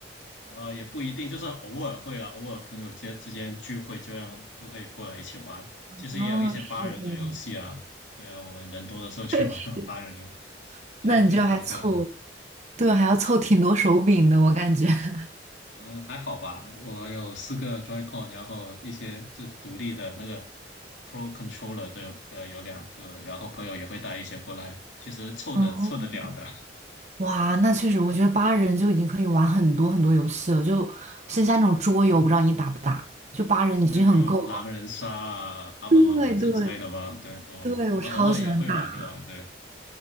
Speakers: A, on the left; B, on the right.
A: 呃，也不一定，就是偶尔会了，偶尔朋友间之间聚会，这样就会过来一起玩。其实也有一些八人的游戏啊，
B: 嗯，是这样，
A: 对啊，我们人多的时候去玩玩八人的
B: 确实，
A: 派对什么的，
B: 那你就还凑，对，还要凑挺多手柄的，我感觉。<laughs>
A: 嗯，还好吧。我有四个 Joy-Con，然后一些就独立的那个 Pro Controller 的，呃，有两个，然后朋友也会带一些过来，其实凑的凑得了的。
B: 哦
A: <laughs>
B: 哇，那确实，我觉得八人就已经可以玩很多很多游戏了，就剩下那种桌游，不知道你打不打？就八人已经很够了。
A: 所以比如狼人杀啊、a v
B: 对对
A: a l 啊这之类的嘛，对哦，
B: 对，
A: 我们偶尔也会玩一玩，
B: 我超喜欢打，<laughs>
A: 对。